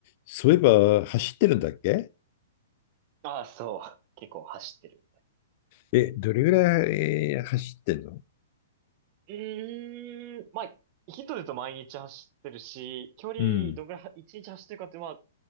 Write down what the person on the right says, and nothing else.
ああ、そう。結構走ってる。
うーん。まあ、ヒントで言うと毎日走ってるし、距離どんぐらいは、
1日走ってるかって、まあ、